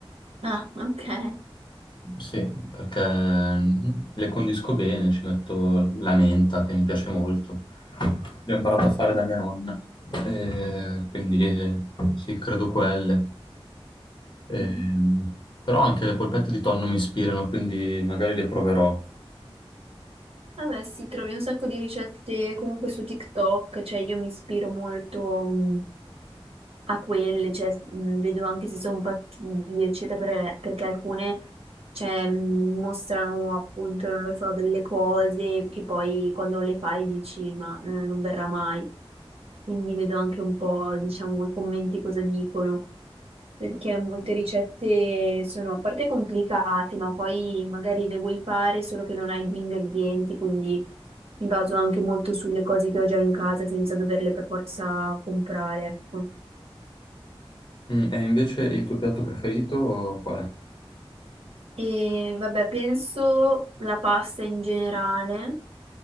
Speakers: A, on the right (about 80°); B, on the left (about 50°).
A: Ah, ok.
B: Sì, perché mm, le condisco bene, ci metto la menta che mi piace molto. L'ho imparato a fare da mia nonna, Eh, quindi eh, sì, credo quelle. Ehm,
A: Mm.
B: però anche le polpette di tonno mi ispirano, quindi magari le proverò.
A: Vabbè, sì, trovi un sacco di ricette comunque su TikTok, cioè io mi ispiro molto mh, a quelle, cioè mh, vedo anche se sono fattibili, eccetera, per- perché alcune cioè, mh, mostrano appunto, non lo so, delle cose che poi quando le fai dici ma eh, non verrà mai. Quindi vedo anche un po', diciamo, i commenti cosa dicono. Perché molte ricette sono a parte complicate, ma poi magari le vuoi fare solo che non hai gli ingredienti, quindi mi baso anche molto sulle cose che ho già in casa senza doverle per forza comprare, ecco.
B: Mm, e invece il tuo piatto preferito qual è?
A: E vabbè, penso la pasta in generale.